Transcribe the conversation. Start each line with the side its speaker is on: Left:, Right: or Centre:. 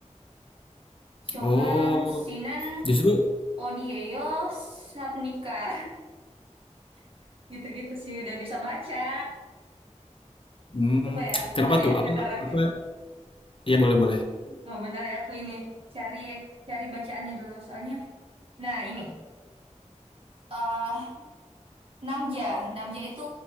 Right: Shogun,
Left: Oh,
Right: Shinen,
Left: justru
Right: Odieyo, Sabnika. <laughs> Gitu-gitu sih udah bisa baca.
Left: hmm,
Right: Coba ya,
Left: kenapa
Right: bentar
Left: tuh?
Right: ya,
Left: Apa
Right: bentar aku,
Left: apa ya boleh-boleh.
Right: oh, bentar ya aku ini cari cari bacaannya dulu soalnya. Nah, ini. eh Namja. Namja itu